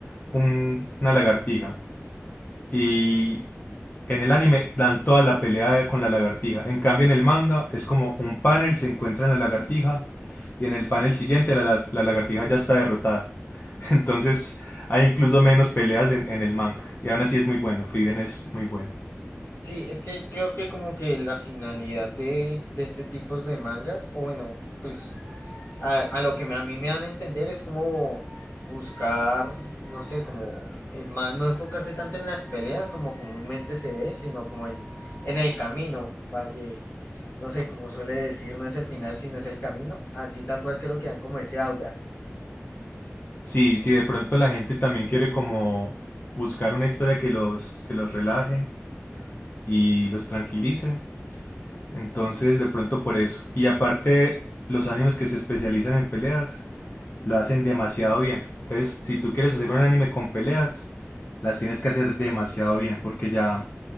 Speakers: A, on the left; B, on the left.
A: un- una lagartija y en el anime dan toda la pelea con la lagartija. En cambio, en el manga es como un panel, se encuentra en la lagartija y en el panel siguiente la, la- la lagartija ya está derrotada. <laughs> Entonces hay incluso menos peleas en, en el manga. Y aún así es muy bueno, Frieren es muy bueno.
B: Sí, es que creo que como que la finalidad de, de este tipo de mangas, o bueno, pues a, a lo que me- a mí me dan a entender es como buscar, no sé, como en ma- no enfocarse tanto en las peleas como comúnmente se ve, sino como en, en el camino, va, eh, no sé, como suele decir, no es el final, sino es el camino, así tal cual creo que dan como ese aura.
A: Sí, si de pronto la gente también quiere como buscar una historia que los, que los relaje, y los tranquilice. Entonces, de pronto por eso. Y aparte, los animes que se especializan en peleas lo hacen demasiado bien. Entonces, si tú quieres hacer un anime con peleas, las tienes que hacer demasiado bien, porque ya